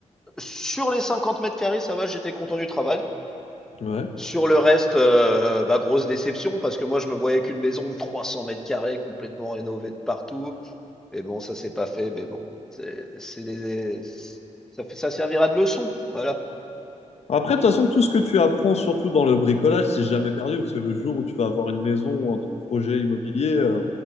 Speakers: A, in the centre; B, on the left.
A: sur les 50 mètres carrés, ça va, j'étais content du travail.
B: Ouais.
A: Sur le reste, heu, bah, grosse déception parce que moi, je me voyais qu'une maison de 300 mètres carrés complètement rénovée de partout. Mais bon, ça s'est pas fait, mais bon, c'est c'est des, ça fait, ça servira de leçon, voilà.
B: Après, de toute façon, tout ce que tu apprends, surtout dans le bricolage, c'est jamais perdu. Parce que le jour où tu vas avoir une maison ou un autre projet immobilier, euh,